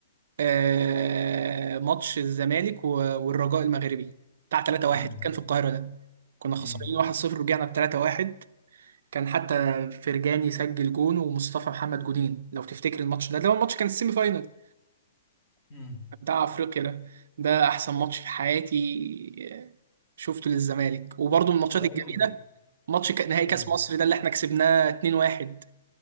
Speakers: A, on the right (about 50°); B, on the left (about 25°).
A: آه ماتش الزمالك و- والرجاء المغربي بتاع 3-1
B: امم
A: كان في القاهرة ده كنا خسرانين
B: امم.
A: 1-0 رجعنا ب 3-1 كان حتى فرجاني سجل جون ومصطفى محمد جونين لو تفتكر الماتش ده ده هو الماتش كان السيمي فاينال
B: امم
A: بتاع افريقيا ده ده احسن ماتش في حياتي آه، شفته للزمالك وبرضه من الماتشات
B: وبرضه
A: الجميلة
B: من-
A: ماتش ك- نهائي كاس
B: امم
A: مصر ده اللي احنا كسبناه 2-1